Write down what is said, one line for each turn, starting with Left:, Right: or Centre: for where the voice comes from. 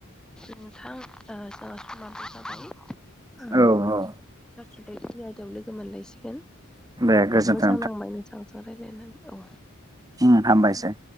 Centre: नोंथां जोंहा समाबो जाबाय उम
Right: औ औ
Centre: <unintelligible> याव लोगो मोनलायसिगोन।
Right: दे गोजोन्थों
Centre: मोजां नांबाय नोंथां। ज' रायलायनानै औ।
Right: हो हामबायसै।